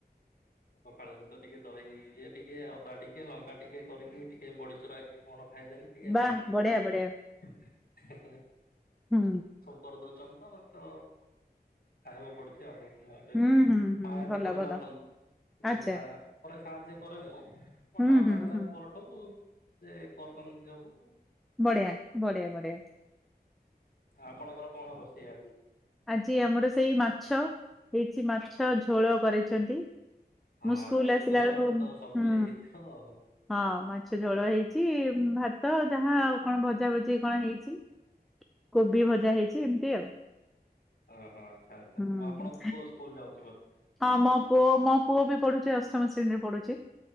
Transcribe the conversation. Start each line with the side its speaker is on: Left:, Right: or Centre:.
Left: ପଖାଳ ସହିତ ଟିକେ ଦହି ଇଏ ଟିକେ ଅଦା ଟିକେ ଲଙ୍କା ଟିକେ କରିକି ଟିକେ ବଡ଼ି ଚୁରା କି କଣ ଖାଇଦେଲେ ଟିକେ
Centre: ବାଃ
Left: ଶାନ୍ତି।
Centre: ବଢିଆ ବଢିଆ
Left: <unintelligible>
Centre: ହୁଁ
Left: କରିଦଉଛନ୍ତି ତ, ତ ଖାଇବାକୁ ପଡୁଛି ଆଗ। ନହେଲେ
Centre: ହୁଁ ହୁଁ ହୁଁ
Left: ମା ଏତେ
Centre: ଭଲ
Left: କରିପାରୁନାହାନ୍ତି,
Centre: ଭଲ ଆଚ୍ଛା
Left: ଯାହା ପରେ ସାହାଯ୍ୟ କରେ ମୁଁ, କଣ
Centre: ହୁଁ
Left: ଭାଉଜ
Centre: ହୁଁ
Left: ଆସିଲା
Centre: ହୁଁ
Left: ପରଠୁ ସେ କଟନ୍ତି ସବୁ।
Centre: ବଢ଼ଆ, ବଢ଼ିଆ ବଢ଼ିଆ।
Left: ଆପଣଙ୍କର କଣ ରୋଷେଇ ଆଜି?
Centre: ଆଜି ଆମର ସେଇ ମାଛ, ହେଇଛି ମାଛ ଝୋଳ କରିଛନ୍ତି।
Left: ହଁ
Centre: ମୁ ସ୍କୁଲ୍
Left: ଆଜି ତ
Centre: ଆସିଲା
Left: ବୁଧବାର
Centre: ବେଳକୁ
Left: ଆଜି ତ ସବୁ
Centre: ହୁଁ।
Left: ହେଇଥିବ ଆଉ
Centre: ହଁ ମାଛ ଝୋଳ ହେଇଛି, ଭାତ ଯାହା ଆଉ। କଣ ଭଜା ଭଜି କଣ ହେଇଛି, କୋବି ଭଜା ହେଇଛି ଏମିତି ଆଉ।
Left: ଓହୋ ଆଚ୍ଛା ଆଚ୍ଛା ଆଚ୍ଛା,
Centre: ହୁଁ
Left: ଆଉ ଆପଣ କୋଉ ସ୍କୁଲ ଯାଉ
Centre: ହଁ ମୋ ପୁଅ ମୋ ପୁଅ ବି ପଢୁଛି ଅଷ୍ଟମ ଶ୍ରେଣୀରେ ପଢୁଛି।